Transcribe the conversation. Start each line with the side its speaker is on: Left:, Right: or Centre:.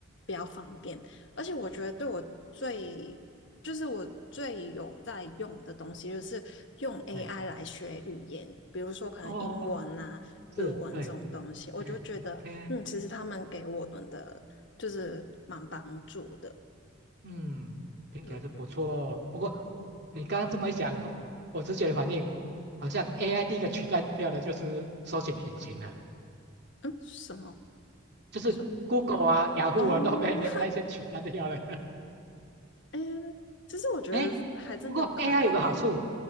Left: 比较方便。而且我觉得对我最，就是我最有在用的东西，就是用 AI
Right: 哎
Left: 来学语言，比如说可能英文啊、
Right: 哦是，
Left: 日文这种东西，
Right: 对，
Left: 我就觉得，
Right: 哎 OK，
Left: 嗯，其实他们给我们的就是蛮帮助的。
Right: 嗯，听起来是不错哦。
Left: 对对对，
Right: 不过你刚刚这么一讲，我直觉的反应好像 AI 第一个取代掉的就是搜寻引擎了，
Left: 嗯，什么？
Right: 就是
Left: 是
Right: Google 啊、雅虎啊都被
Left: 哦，
Right: AI 先取代掉了。
Left: <laughs> 嗯，其实我觉得还真有可能呢。
Right: 哎，不过 AI 有个好处